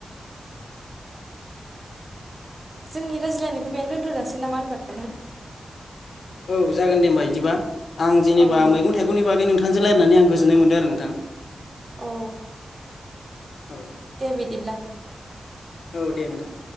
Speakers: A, on the right; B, on the left.
A: जोंनि रायज्लायनायखौ बेनो दोन्थ'जासि नामा होनब नोंथां
B: औ जागोन दे होमबा इदिबा आं जेनेबा
A: औ दे
B: मैगं थाइगंनि बागै नोंथांजों रायनानै आं गोजोन्नाय मोन्दों आरो नोंथां।
A: औ
B: औ
A: दे बिदिब्ला
B: औ दे नोंथां